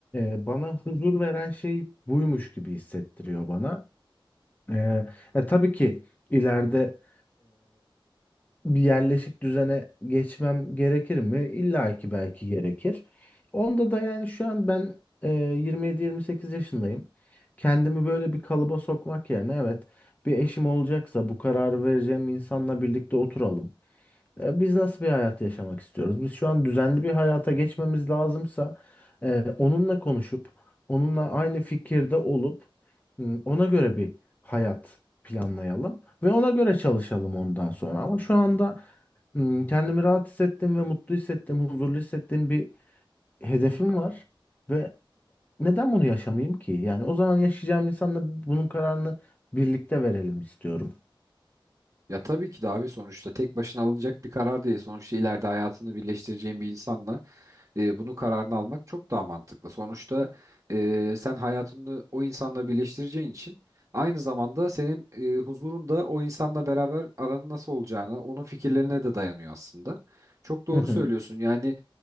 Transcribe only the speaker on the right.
Ya tabii ki de abi sonuçta tek başına alınacak bir karar değil. Sonuçta ileride hayatını birleştireceğim bir insanla e, bunu kararını almak çok daha mantıklı. Sonuçta e, sen hayatını o insanla birleştireceğin için aynı zamanda senin e, huzurun da o insanla beraber aranın nasıl olacağına, onun fikirlerine de dayanıyor aslında. Çok doğru
söylüyorsun. Yani